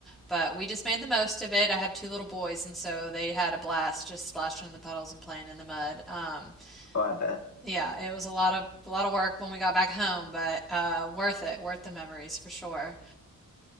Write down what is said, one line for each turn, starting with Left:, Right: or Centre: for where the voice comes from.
Centre: but we just made the most of it. I have two little boys, and so they had a blast just splashing in the puddles and playing in the mud. Um,
Left: Oh, I bet.
Centre: yeah, it was a lot of a lot of work when we got back home, but uh, worth it, worth the memories for sure.